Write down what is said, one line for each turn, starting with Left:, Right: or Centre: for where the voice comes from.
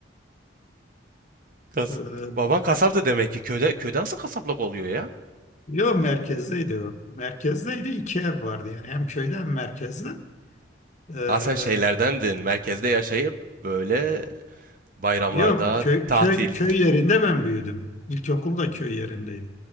Right: <laughs> Kas.
Left: Ee,
Right: Baban kasaptı demek ki köyde köyde nasıl kasaplık oluyor ya?
Left: Yok merkezdeydi o. Merkezdeydi iki ev vardı yani hem köyde hem merkezde. Ee,
Right: Aa sen şeylerdendin. Merkezde yaşayıp böyle bayramlarda
Left: yok köy,
Right: tatil.
Left: köy, köy yerinde ben büyüdüm. İlkokul da köy yerindeydi.